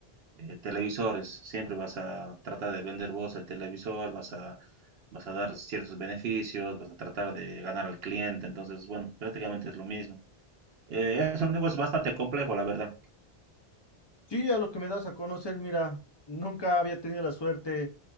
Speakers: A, on the right; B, on the left.
A: eh, televisores. Siempre vas a tratar de vender vos el televisor, vas a, vas a dar ciertos beneficios, vas a tratar de ganar al cliente. Entonces, bueno, prácticamente es lo mismo. Eh, es un negocio bastante complejo, la verdad.
B: Sí, a lo que me das a conocer, mira, nunca había tenido la suerte